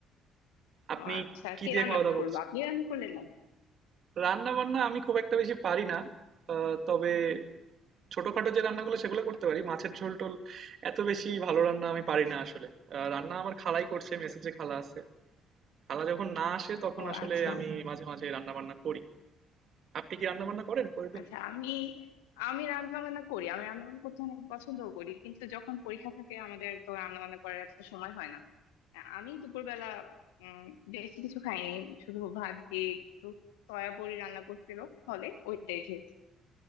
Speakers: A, on the right; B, on the left.
A: আপনি
B: ও আচ্ছা
A: কি
B: কে
A: দিয়ে
B: রান্না
A: খাওয়া-দাওয়া করছেন?
B: করলো আপনি রান্না করলেন নাকি
A: রান্না-বান্না আমি খুব একটা বেশি পারি না। আ তবে ছোটখাটো যে রান্নাগুলো সেগুলো করতে পারি। মাছের ঝোল-টোল এত বেশি ভালো রান্না আমি পারি না আসলে। আ রান্না আমার খালাই করছে, মেসে যে খালা আছে। খালা যখন না আসে তখন
B: ও
A: আসলে
B: আচ্ছা
A: আমি মাঝে, মাঝে রান্না-বান্না করি। আপনি কি রান্না-বান্না করেন প্রতিদিন?
B: আচ্ছা আমি আমি রান্না বান্না করি আমি রান্না বান্না করতে অনেক পছন্দও করি কিন্তু যখন পরীক্ষা থাকে আমাদের তো রান্না বান্না করার এত সময় হয় না আমি দুপুরবেলা উম বেশি কিছু খাইনি শুধু ভাত দিয়ে একটু সয়াবড়ি রান্না করছিল ফলে ওইটাই খেয়েছি